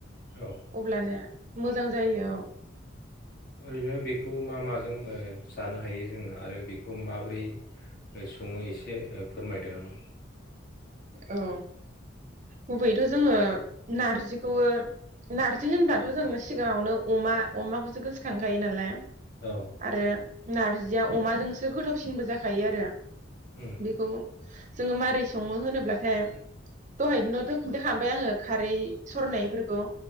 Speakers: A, on the left; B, on the right.
A: औ
B: अब्लानो मोजां जायो औ।
A: ओरैनो बेखौ मा माजों जानो हायो जोङो आरो बेखौ माबोरै सङो एसे फोरमायदो नामा?
B: औ गुबैयैथ' जोङो नारजिखौबो नार्जि होनबाथ' जों सिगाङावनो अमा अमाखौसो गोसोखांखायो नालाय
A: औ
B: आरो नारजिया अमाजोंसो गोथावसिनबो जाखायो आरो
A: उम
B: बेखौ जोङो मारै सङो सङो होनोब्लाथाय दहायनोथ' खिन्थाखांबाय आङो खारै सरनायफोरखौ